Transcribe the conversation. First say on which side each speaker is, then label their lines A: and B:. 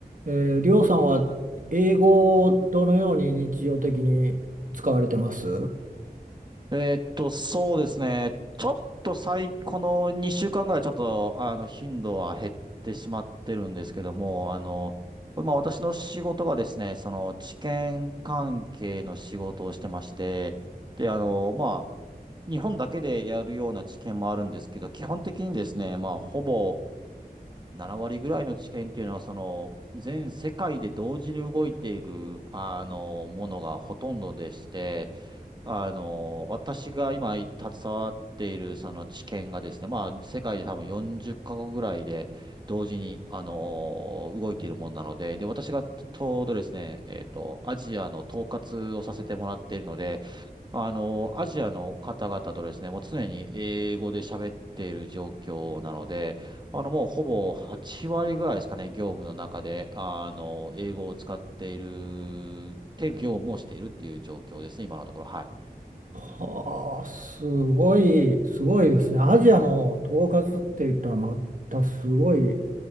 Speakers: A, on the right (about 55°); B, on the right (about 25°).
A: えー、りょうさんは英語をどのように日常的に使われてます
B: えーっと、そうですね。ちょっと最、この2週間ぐらいちょっと、あの、頻度は減ってしまってるんですけども、あの、まあ私の仕事がですね、その、治験関係の仕事をしてまして、で、あの、まあ、日本だけでやるような治験もあるんですけど、基本的にですね、まあ、ほぼ7割ぐらいの治験っていうのは、その、全世界で同時に動いている、あの、ものがほとんどでして、あの、私が今携わっているその知見がですね、まあ世界で多分40カ国ぐらいで同時に、あの、動いているものなので、で、私がちょうどですね、えっと、アジアの統括をさせてもらっているので、あの、アジアの方々とですね、もう常に英語で喋っている状況なので、あの、もうほぼ8割ぐらいですかね、業務の中で、あの、英語を使っている、て業務をしているっていう状況ですね、今のところ。はい。
A: はあ、すごい、すごいですね。アジアの統括って言ったらまたすごい。